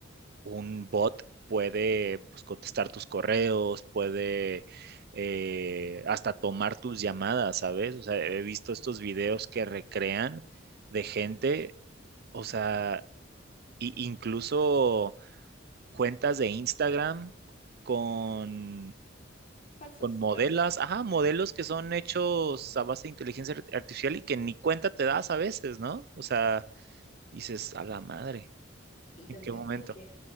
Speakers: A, on the right; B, on the left.
A: un bot puede pues contestar tus correos, puede eh, hasta tomar tus llamadas, ¿sabes? O sea, he visto estos videos que recrean de gente, o sea, i- incluso cuentas de Instagram con,
B: falsas,
A: con modelos
B: claro.
A: ajá, modelos que son hechos a base de inteligencia ar- artificial y que ni cuenta te das a veces, ¿no? O sea, dices, a la madre,
B: Y también
A: ¿en qué momento?
B: como que